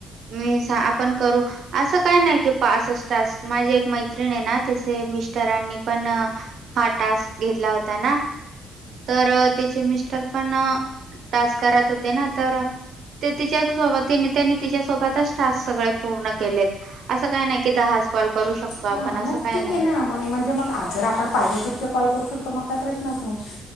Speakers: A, on the right (about 65°); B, on the left (about 80°).
A: मी आपण करू असं काय नाही की पाच च टास्क माझी एक मैत्रिणी आहे ना तिचे मिस्ट रांनी पण हा टास्क घेतला होता ना. तर तिचे मिस्टर पण टास्क करत होते ना तर ते तिच्या सोबतीने त्यांनी तिच्यासोबतच टास्क सगळे पूर्ण केलेत असं काय नाही की दहा कॉल करू शकतो आपण
B: हां
A: असं
B: मग
A: काय
B: ठीक
A: नाही.
B: आहे ना मग म्हणजे मग जर आपण पाहिजे तितके कॉल करू शकतो मग काय प्रश्नच नाही.